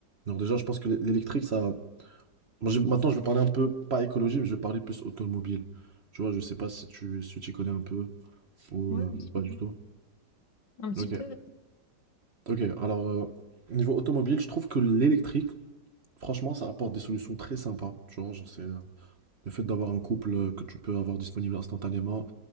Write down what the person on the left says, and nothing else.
Ouais,
un petit
peu.
Un petit
peu.